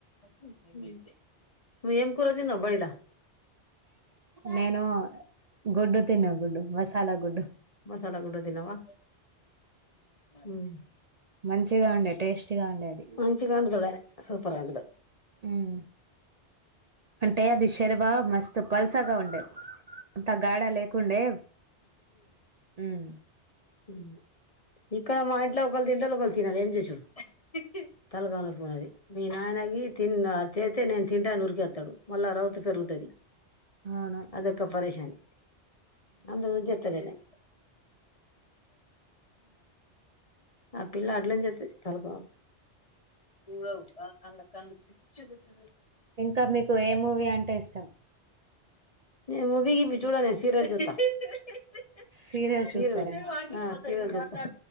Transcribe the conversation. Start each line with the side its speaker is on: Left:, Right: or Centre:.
Left: నువ్వు ఏం కూర తిన్నావ్ బడిలా
Right: నేను గుడ్డు తిన్నా గుడ్డు మసాలా గుడ్డు
Left: మసాలా గుడ్డు తిన్నవా ఉమ్
Right: మంచిగా ఉండే టేస్టీగా ఉండే అది
Left: మంచిగా వండుతాదే సూపర్ ఉండదు
Right: ఉమ్ అంటే అది శెర్వా మస్తు పల్సగా ఉంటే అంత గాడ లేకుండే ఉమ్
Left: ఉ ఇక్కడ మా ఇంట్ల ఒకళుతింటరు ఒకల్ తినరు ఏం చేసుడు అహ్ హ్ హ్ తలకాయ నొప్పున్నది మీ నాయన అయి తిన్న తే తే నేను తింటా అని ఉరకేత్తడు మల్ల రౌతి పెరుగుతది
Right: అవును
Left: అదొక పరేషాని అందుగురించి చేస్తలేనే అ పిల్ల అట్లనేజేత్తది తలకాయ నొప్పి దాని గుచ్చి గుచ్చి
Right: ఇంకా మీకు ఏ మూవీ అంటే ఇష్టం
Left: నేన్ మూవీ గీవీ చూడ నేను సీరియల్ జూత్త హ్ హ్ హ్ హ్
Right: సీరియల్
Left: హ్ సీరేల్
Right: చూస్తారా
Left: ఆ సీరేల్ జూత్త